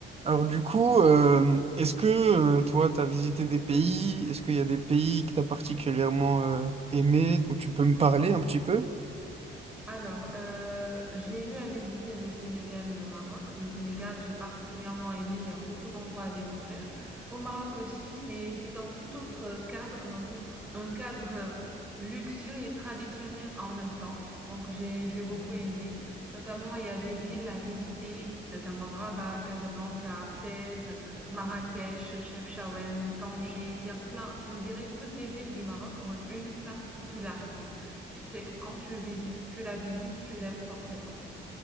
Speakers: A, on the right; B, in the centre.
A: Alors du coup, euh, est-ce que euh, toi, tu as visité des pays? Est-ce qu'il y a des pays que tu as particulièrement euh, aimé, dont tu peux me parler un petit peu?
B: Alors, euh, j'ai eu à visiter le Sénégal et le Maroc. Le Sénégal, j'ai particulièrement aimé, il y a beaucoup d'endroits à découvrir. Au Maroc aussi, c'est, c'est un tout autre cadre, un, peu- un cadre euh, luxueux et traditionnel en même temps. Donc, j'ai, j'ai beaucoup aimé. Notamment, il y a des villes à visiter, notamment Rabat, Casablanca, Fès, Marrakech, Chefchaouen, Tanger. Il y a plein, je dirais que toutes les villes du Maroc ont une particularité qui fait que quand tu visites, tu la visites, tu l'aimes forcément.